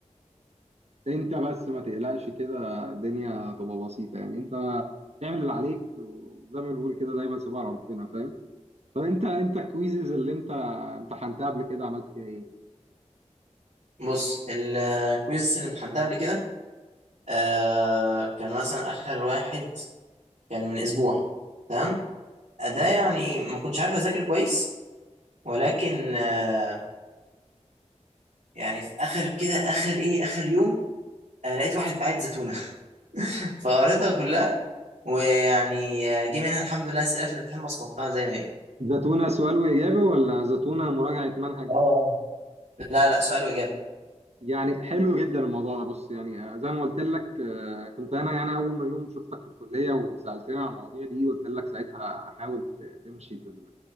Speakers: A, on the right; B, on the right.
A: انت بس ما تقلقش كده الدنيا تبقى بسيطة يعني انت اعمل اللي عليك وزي ما بنقول كده دايما سيبها على ربنا فاهم طب انت انت الكويزز اللي انت امتحنتها قبل كده عملت فيها ايه؟
B: بص الكويز اللي امتحنتها قبل كده آه كان مثلا آخر واحد كان من أسبوع تمام ده يعني ما كنتش عارف أذاكر كويس ولكن آه يعني في آخر كده آخر إيه آخر يوم آه لقيت واحد باعت زيتونة <laughs> فقريتها كلها ويعني آه، جه منها الحمد لله أسئلة في الامتحان بصمتها زي ما هي
A: زتونة سؤال وإجابة ولا زتونة مراجعة منهج؟
B: اه اه لا لا سؤال وإجابة
A: يعني حلو جدا الموضوع ده بص يعني زي ما قلت لك آه، كنت انا يعني اول ما يوم شفتك في الكلية وسألتني عن المواضيع دي قلت لك ساعتها حاول ت- تمشي في